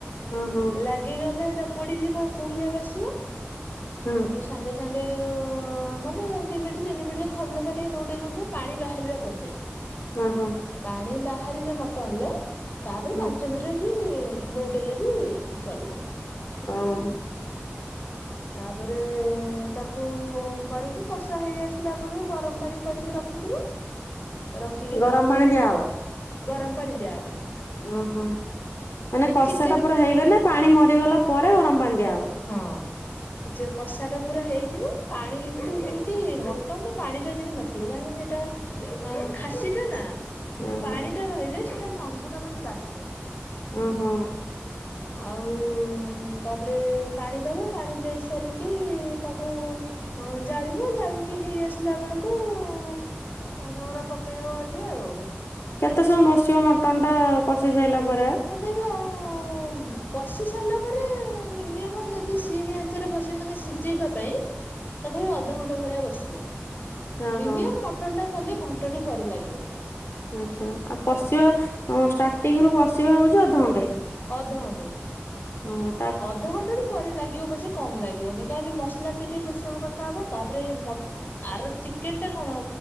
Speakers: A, on the left (about 75°); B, on the left (about 45°).
A: ହଁ ହଁ
B: ଲାଗିଗଲେ ଏଟା ପୋଡିଯିବ କୁହୁଳିଆ ବାସିବ।
A: ହଁ
B: ତାକୁ ସାଙ୍ଗେ ସାଙ୍ଗେ ମାନେ ଦୁଇ ମିନିଟ୍ ତିନି ମିନିଟେ ଥରିଲେକା ଟିକେ ନେଉଟି ଦେଉଥିବେ ପାଣି ବାହାରିବା ପଯନ୍ତ।
A: ହଁ ହଁ।
B: ପାଣି ବାହାରିଲେ ମଟନରେ ତାପରେ
A: ହଁ
B: ପାଞ୍ଚ ମିନିଟରେ ବି ଦେଲେବି ଚଳିବ।
A: ହଁମ୍।
B: ତାପରେ ତାକୁ କରିକି କଷା ହେଇ ଆସିଲା ପରେ ଗରମ ପାଣି କରିକି ରଖିଥିବ। ରଖିକି
A: ଅ ଗରମ
B: ତାକୁ
A: ପାଣି ଦିଆହବ।
B: ଗରମ ପାଣି ଦିଆ ହବ।
A: ଓହୋ ମାନେ କଷା
B: ଚିକେନ
A: ଟା ପୁରା ହେଇଗଲେ ପାଣି ମରିଗଲା ପରେ ଗରମ ପାଣି ଦିଆହବ।
B: ହଁ ଯେ କଷା ଟା ପୁରା ହେଇଯିବ। ପାଣି କିନ୍ତୁ ଯେମିତି ମଟନ୍ ରେ ପାଣିଟା ଯେମିତି ନଥିବ କାହିଁକିନା ଏଇଟା ଆ ଖାସିଟା ନାଁ
A: ଓହୋ
B: ପାଣି ଟା ରହିଲେ ସେଟା ମାଂସ ଟା ମାନେ ବାସେ।
A: ଓହୋ।
B: ଆଉ ତାପରେ ପାଣି ଦବ ପାଣି ଦେଇ ସାରିକି ତାକୁ ଅ ଜାଳିବ ଜାଳିକି ହେଇ ଆସିଲା ବେଳକୁ କୁ ଅ ନବରା ପକେଇବ ଇଏ ଆଉ।
A: କେତେ ସମୟ ବସିବ ମଟନ ଟା କଷି ସାରିଲା ପରେ।
B: ତତେବ ଅ କଷି ସାରିଲା ପରେ ମିନିମମ ଯଦି ସିମ ଆଞ୍ଚରେ ବସେଇବ ମାନେ ସିଝେଇବା ପାଇଁ। ତଥାପି ଅଧଘଣ୍ଟା ଭଳିଆ ବସିବ
A: ଓହୋ
B: ମିନିମମ୍ ମଟନ ଟା କଲେ ଘଣ୍ଟାଏ ପରେ ଲାଗିବ।
A: ଆଚ୍ଛା ଆଉ କଷିବା ଷ୍ଟାର୍ଟିଂ ରୁ କଷିବା ହଉଛି ଅଧଘଣ୍ଟେ।
B: ଅଧ ଘଣ୍ଟେ।
A: ହଁ।
B: ଅଧଘଣ୍ଟା ରୁ ପରେ ଲାଗିବ ପଛେ। କମ ଲାଗିବନି କାହିଁକନା ମସଲା ଟା ଟିକେ ବେସି ସମୟ କଷା ହବ ତାପରେ ମ ଆର ଚିକେନ ଟା କଣ